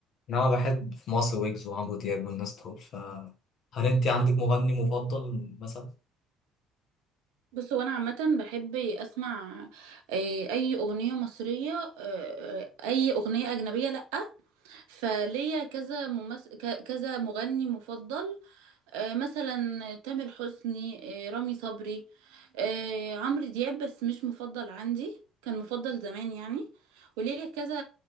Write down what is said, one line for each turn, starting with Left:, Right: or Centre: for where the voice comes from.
Left: انما بحب في مصر ويجز وعمرو دياب والناس دول فهل انت عندك مغني مفضل مثلا
Right: بص هو انا عامه بحب اسمع آه، اي اغنيه مصريه آه، اي اغنيه اجنبيه لا فليا كذا ممس... ك- كذا مغني مفضل آه، مثلا تامر حسني آه، رامي صبري آه، عمرو دياب بس مش مفضل عندي كان مفضل زمان يعني وليا كذا